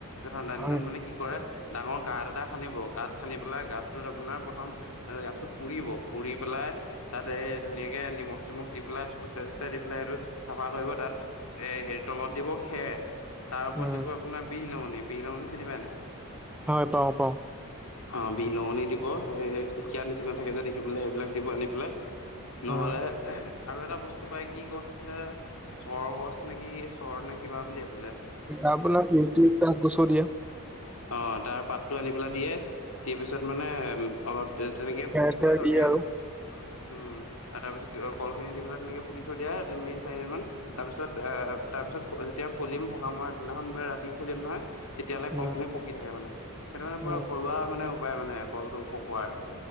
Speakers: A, on the left (about 80°); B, in the centre.
A: ঠাণ্ডা
B: হয়।
A: দিনত মানে কি কৰে- ডাঙৰ গাঁত এটা- খানিব, গাঁত খান্দি পেলাই গাতটোত আপোনাৰ প্ৰথম গাতটো পুৰিব, পুৰি পেলাই- তা'তে এই ধুনীয়াকে নিমখ-চিমখ দি পেলাই ফুটছাই-চুটছাই দি পেলাই আৰু চাফা কৰিব, তা'ত- এ' হেৰি তলত দিব খেৰ, তাৰ ওপৰত
B: উম,
A: দিব আপোনাৰ বিলঙনি। বিলঙনি চিনি পাই নাই?
B: হয়, পাওঁ-পাওঁ।
A: অঁহ', বিলঙনি দিব, এই ঢেঁকিয়া নিচিনা থাকে যে দেখি পেলাই এইবিলাক দিব আনি পেলাই। নহ'লে
B: উম,
A: আৰু এটা বস্তু পাই, কি গছ আছিলে- চৰ গছ নেকি, চৰ নে কিবা বুলি আছিলে।
B: আপোনাৰ ইউকেলিপ্তাছ গছৰ দিয়ে।
A: অহ', তাৰ পাতটো আনি পেলাই দিয়ে। দি পিছত মানে উম- অলপ দি তেনেকে
B: খেৰ
A: পুতি পেলাই
B: চেৰ
A: থৈ দিয়ে,
B: আৰু।
A: উমঁ। আৰু তাৰপিছত কলখিনি দি পেলাই তেনেকে পুলি থৈ দিয়ে তিনি দিন, চাৰিদিনমান। তাৰ পিছত আঁহ তাৰ পিছত যেতিয়া খুলিম সকামৰ দিনাখন বা ৰাতি খুলিম নহয়- তেতিয়াহ'লে
B: উম,
A: কল খিনি পকি থাকে মানে। সেইটো মানে পুৰা
B: উম,
A: ঘৰুৱা মানে উপায় মানে কলটো পকোৱাৰ।